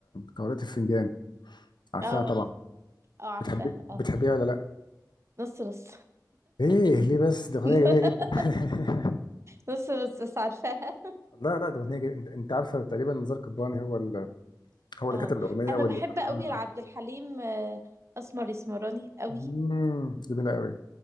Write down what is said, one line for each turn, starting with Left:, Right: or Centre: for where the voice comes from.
Left: قارئة الفنجان عارفاها
Right: اه
Left: اه طبعا طبعا
Right: اه عارفاها
Left: بتحبي بتحبيها
Right: اه
Left: ولا لا
Right: نص نص
Left: بحب ليه ليه بس دي اغنيه
Right: <laughs>
Left: جميله جدا <laughs>
Right: نص نص بس عارفاها
Left: لا لا ده اغنيه جي- انت انت عارفه تقريبا نزار قباني هو اللي هو اللي
Right: اه
Left: كاتب الاغنيه
Right: انا
Left: واللي
Right: بحب
Left: ملحنها
Right: قوي لعبد الحليم آه، اسمر يسمراني قوي
Left: امم جميله قوي